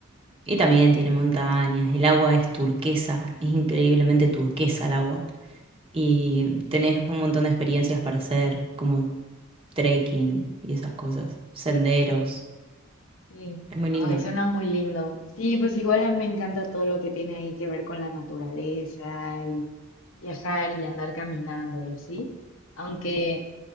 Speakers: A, on the right (about 25°); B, on the left (about 70°).
A: y también tiene montañas. El agua es turquesa, es increíblemente turquesa el agua. Y tenés un montón de experiencias para hacer, como trekking y esas cosas, senderos.
B: Sí,
A: Es muy lindo.
B: ay, suena muy lindo. Sí, pues igual a mí me encanta todo lo que tiene ahí que ver con la naturaleza y viajar y andar caminando y así. Aunque,